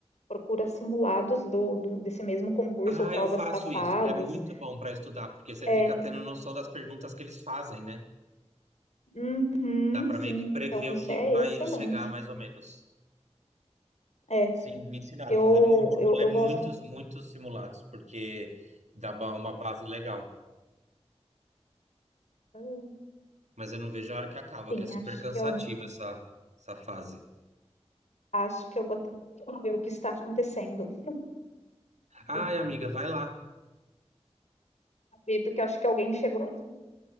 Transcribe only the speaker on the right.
Ah,
eu faço
isso, que é muito bom para estudar, porque você
fica tendo noção das perguntas que eles fazem, né?
Dá para
meio que prever
o que
vai
chegar, mais ou menos.
Sim, me ensinaram
a fazer muito, tipo,
ler
muitos,
muitos simulados, porque dá ba- uma base legal.
Mas eu não vejo a hora que acaba,
que é super
cansativa
essa, essa fase.
Ai,
amiga, vai lá.